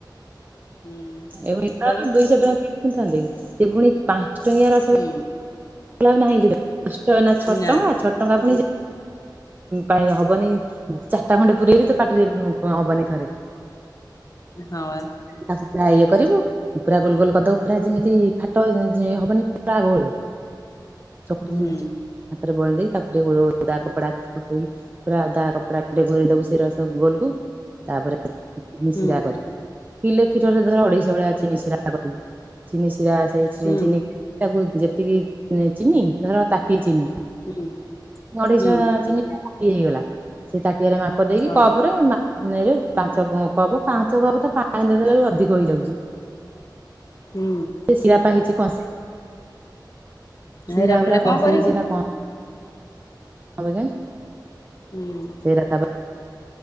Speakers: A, on the left; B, on the right.
A: ହୁଁ
B: ଏଭୁଣି ତ
A: କବୁ
B: ଦୁଇଶହ ଟଙ୍କାଖୁଥାନ୍ତେ କି ସେଭୁଣି ପାଞ୍ଚ ଟଙ୍କିଆ ର <unintelligible>
A: ହୁଁ।
B: ପାଞ୍ଚ ଟଙ୍କା ଆଉ ନାହିଁ କିଲୋ ଛଅ
A: ନା
B: ଟଙ୍କା ଛଅ ଟଙ୍କା ପୁଣି ପାରେ ହବନି ଚାରିଟା ଖଣ୍ଡେ ପୁରେଇଲେ ବି ତ ପାଟିରେ ହବନି ଥରେ।
A: ହଁ ବା।
B: ତାକୁ ପୁରା ଇଏ କରିବୁ ପୁରା ଗୋଲ ଗୋଲ କରିଦବୁ ପୁରା ଯେମିତି ଫାଟ ହବନି ପୁରା ଗୋଲ। ଚକୁଳି
A: ହୁଁ।
B: ହାତରେ ଗୋଲାନ୍ତି ତାକୁ ଟିକେ ଗୋଳେଇ ଗୋଳେଇ
A: ହୁଁ
B: କପଡା ଦେଇ ପୁରା ଓଦା କପଡା ଟିକେ ଗୋଡେଇ ଦବୁ ସେ ରା ଗୋଲ କୁ। ତାପରେ
A: ହୁଁ
B: ଶିରା କରିବୁ କିଲେ କ୍ଷୀରରେ ଧର ଅଢେଇଶ ଭଳିଆ ଚିନି ଶିରା ଚିନି ଶିରା ଆ ସେ
A: ହୁଁ
B: ଚିନି ତାକୁ ଯେତିକି ଚିନି ଧର ତାଟିଏ ଚିନି
A: ହୁଁ।
B: ନଢେଇଶ
A: ହୁଁ
B: ଚିନି ତାଟିଆଏ ହେଇଗଲା ସେଇ ତାଟିଆରେ ମାପ ଦେଇକି
A: ହଁ
B: କପରେ ନରେ ପାଞ୍ଚ କପ ପାଞ୍ଚ କପ୍ ତ ପାଣି ଦେଇଦେଲେ ଅଧିକ ହେଇଯାଉଛି।
A: ହୁଁ।
B: ସେ ଶିରା ପା ହେଇଛି କଂସେ ଶିରା
A: ହେରା ଫେରେ
B: ପୁରା
A: କଣ
B: କଂସେ
A: କରିବୁ
B: ହେଇଛି ହେରା କ ଆଗନ୍ <unintelligible>
A: ହୁଁ।
B: ସେରା ତା ପରେ